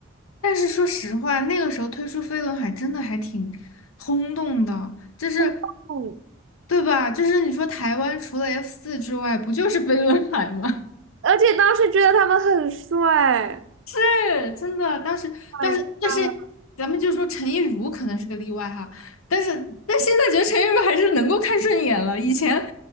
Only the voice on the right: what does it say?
<laughs> 嗯
而且当时觉得他们很帅。
My
God！